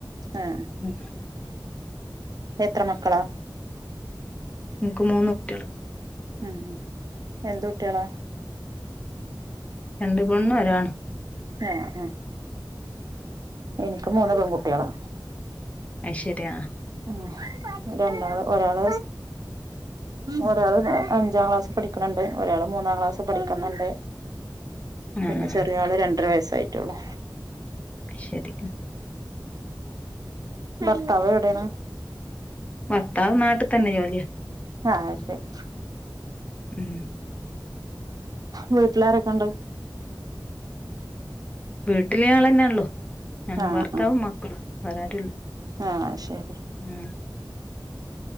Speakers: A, on the right (about 50°); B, on the left (about 15°).
A: ആഹ്
B: ഉം
A: എത്ര മക്കളാ
B: നിങ്ങക്ക് മൂന്ന് കുട്ടികൾ
A: ഉം ഉ എന്ത് കുട്ടികളാ
B: രണ്ട് പെണ്ണും ഒരാണും
A: ആ ഉ എനിക്ക് മൂന്ന് പെൺകുട്ടികള
B: അ ശരിയാ
A: ഉ രണ്ടാൾ ഒരാൾ ഒരാൾ അഞ്ചാം ക്ലാസ് പഠിക്കണണ്ട് ഒരാൾ മൂന്നാം ക്ലാസ്സ് പഠിക്കുന്നുണ്ട് പിന്നെ
B: ആഹ്
A: ചെറിയ ആള് രണ്ടര വയസ്സ് ആയിട്ടുള്ളൂ
B: ശരിക്കും
A: ഭർത്താവോ എവിടെയാണ്
B: ഭർത്താവ് നാട്ടിൽ തന്നെ ജോലിയാ
A: ആഹ ശരി
B: ഉം
A: വീട്ടിലാരൊക്കെ ഉണ്ട്
B: വീട്ടിലെ ആൾന്നെയാണ് ല്ലോ ഞാൻ
A: ആഹ്
B: ഭർത്താവും മക്കളും വേറെ ആരുമില്ല
A: ആഹ ശരി
B: ആഹ്